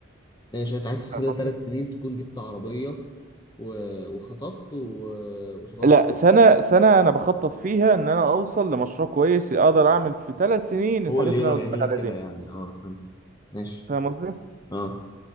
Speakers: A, on the left; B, on the right.
A: ماشي يعني انت عايز في
B: فاهم
A: خلال
B: قصدي؟
A: ثلاث سنين تكون جبت عربية و... وخطبت و... وشطبت
B: لا
A: شقتك
B: سنه سنه انا بخطط فيها ان انا اوصل لمشروع كويس اقدر اعمل في ثلاث سنين الحاجات
A: هو اللي يقدر
B: اللي انا قلت
A: يعمل
B: لك
A: لك
B: عليها
A: كده
B: دي
A: يعني اه فهمت ماشي
B: فاهم قصدي
A: اه